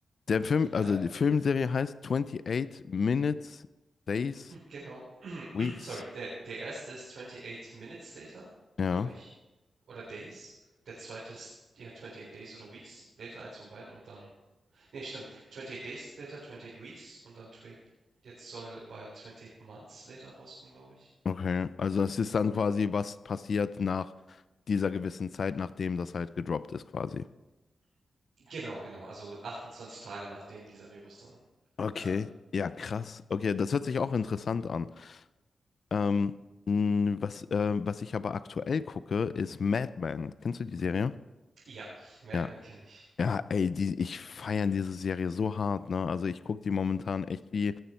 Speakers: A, on the left (about 65°); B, on the right (about 85°).
A: Der Film, also
B: Ja,
A: die Filmserie heißt 28 Minutes, Days,
B: genau. <clears throat>
A: Weeks.
B: Sorry. Der der erste ist „28 Minutes Later“,
A: Ja,
B: glaube ich, oder „Days“. Der zweite ist, ja, „28 Days“ oder „Weeks Later“, eins von beiden und dann ne, stimmt, „28 Days Later“, „28 Weeks“ und dann twe jetzt soll bald „28 Months Later“ rauskommen, glaube ich.
A: okay. Also es ist dann quasi, was passiert nach dieser gewissen Zeit, nachdem das halt gedroppt ist, quasi.
B: Genau, genau. Also 28 Tage, nachdem dieser Virus dann
A: Okay.
B: äh,
A: Ja, krass. Okay, das hört sich auch interessant an. Ähm, mh, was, äh, was ich aber aktuell gucke, ist Mad Men. Kennst du die Serie?
B: ja, Mad
A: Ja.
B: kenne ich.
A: Ja, ey, die, ich feiere diese Serie so hart, ne? Also ich gucke die momentan echt wie,